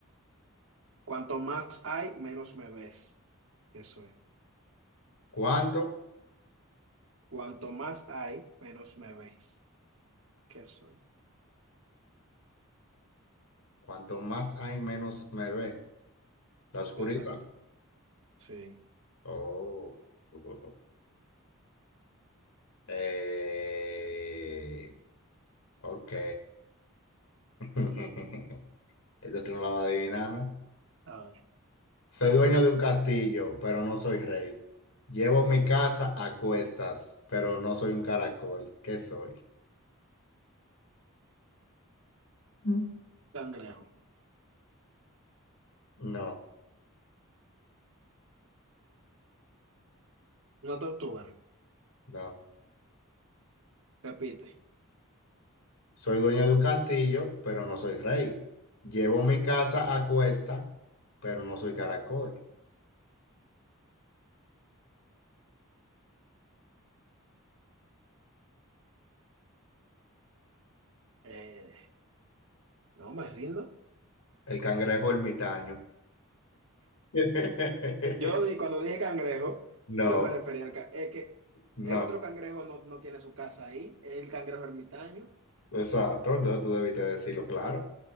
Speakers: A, on the right (about 60°); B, on the left (about 75°).
A: cuanto más hay, menos me ves. ¿Qué soy?
B: ¿Cuánto?
A: Cuanto más hay, menos me ves. ¿Qué soy?
B: Cuanto más hay, menos me ve. La oscuridad.
A: Exacto. Sí.
B: Oh. <laughs> Eh, ok. <laughs> Esta tú no la vas a adivinar, ¿no?
A: A ver,
B: Soy dueño de un castillo, pero no soy rey. Llevo mi casa a cuestas, pero no soy un caracol. ¿Qué soy? Mm.
A: cangrejo.
B: No,
A: Una tortuga.
B: no.
A: Repite.
B: Soy dueño de un castillo, pero no soy rey. Llevo mi casa a cuesta, pero no soy caracol.
A: Eh, no me rindo.
B: El cangrejo ermitaño. <laughs>
A: Yo di, cuando dije cangrejo,
B: No,
A: yo me refería al... ca- Es que
B: no.
A: el otro cangrejo no, no tiene su casa ahí. Es el cangrejo ermitaño.
B: Exacto. Entonces tú debiste decirlo claro.